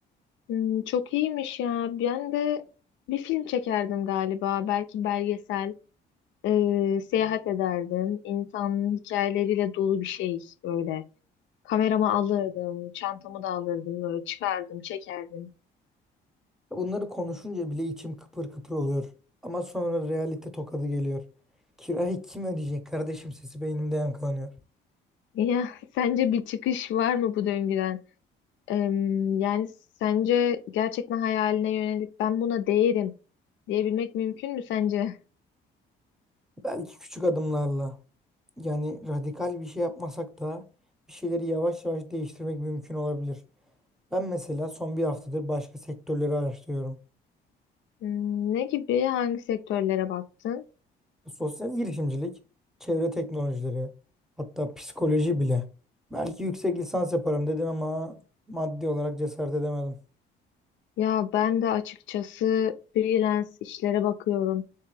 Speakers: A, on the left; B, in the centre.
A: Hmm, çok iyiymiş ya. Ben de bir film çekerdim galiba. Belki belgesel, e, seyahat ederdim. İnsanın hikayeleriyle dolu bir şey böyle. Kameramı alırdım, çantamı da alırdım, böyle çıkardım, çekerdim.
B: Bunları konuşunca bile içim kıpır kıpır oluyor. Ama sonra realite tokadı geliyor. Kirayı kim ödeyecek kardeşim sesi beynimde yankılanıyor.
A: Ya <laughs> sence bir çıkış var mı bu döngüden? Em, yani sence gerçekten hayaline yönelip ben buna değerim diyebilmek mümkün mü sence?
B: Belki küçük adımlarla yani radikal bir şey yapmasak da bir şeyleri yavaş yavaş değiştirmek mümkün olabilir. Ben mesela son bir haftadır başka sektörleri araştırıyorum.
A: Hmm, Ne gibi, hangi sektörlere baktın?
B: Sosyal girişimcilik, çevre teknolojileri, hatta psikoloji bile. Belki yüksek lisans yaparım dedim ama maddi olarak cesaret edemedim.
A: Ya ben de açıkçası freelance işlere bakıyorum.